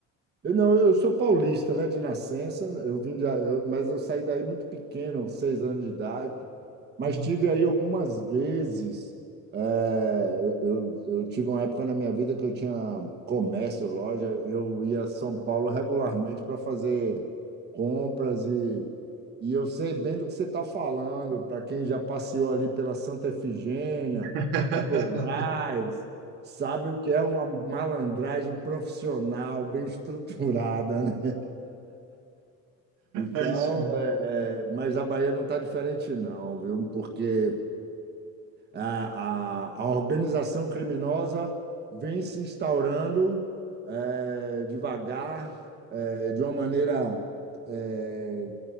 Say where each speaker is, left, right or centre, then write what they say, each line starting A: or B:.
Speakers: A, on the right (about 30°); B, on the right (about 80°).
A: Eu não, eu sou paulista, né, de nascença. Eu vim de, eu- mas eu saí daí muito pequeno, seis anos de idade. Mas
B: Uhum.
A: tive aí algumas vezes. eh, eu, eu eu tive uma época na minha vida que eu tinha comércio, loja. Eu ia a São Paulo regularmente para fazer compras e, e eu sei bem do que você está falando. Para quem já passeou ali pela Santa Efigênia,
B: <laughs>
A: pelo Brás, sabe o que é uma malandragem profissional, bem estruturada, né? Então,
B: É isso mesmo.
A: é, é, mas a Bahia não está diferente, não, viu? Porque a, a, a organização criminosa vem se instaurando eh, devagar, eh, de uma maneira eh,